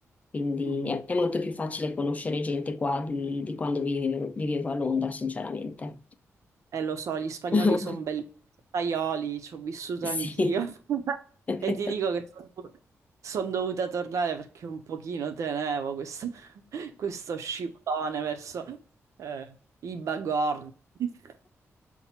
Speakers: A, on the left (about 30°); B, on the right (about 75°).
A: Quindi
B: Mhm.
A: è, è molto più facile conoscere gente qua di, di quando vivevo, vivevo a Londra, sinceramente.
B: Eh, lo so, gli spagnoli
A: <laughs>
B: sono belli, spagnoli, ci ho vissuto
A: Sì.
B: anch'io. <laughs>
A: <laughs>
B: E ti dico che sono dovuta tornare perché un pochino tenevo questo, <laughs> questo scivolone verso eh, i bagordi. <laughs>